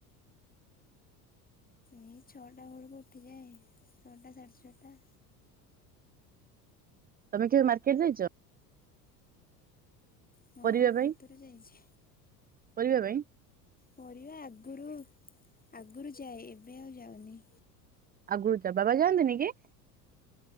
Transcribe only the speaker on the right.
ତମେ କେବେ ମାର୍କେଟ ଯାଇଛ
ପରିବା
ପାଇଁ।
ପରିବା ପାଇଁ।
ଆଗରୁ ଯାଆ ବାବା ଯାଆନ୍ତିନି କି?